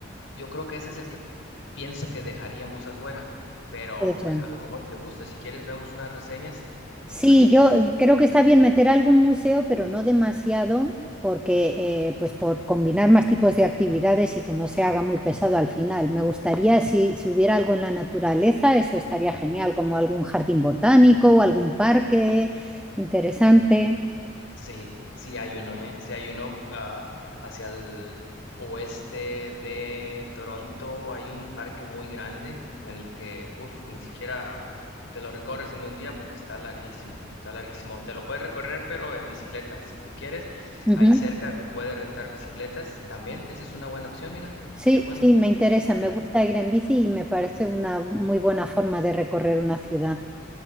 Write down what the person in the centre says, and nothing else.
puede ser.
Sí,
yo creo que está bien meter algún museo, pero no demasiado, porque eh, pues por combinar más tipos de actividades y que no se haga muy pesado al final. Me gustaría si, si hubiera algo en la naturaleza, eso estaría genial, como algún jardín botánico o algún parque interesante.
Ujú.
Sí,
sí, me interesa,
me gusta ir en bici y me parece una muy buena forma de recorrer una ciudad.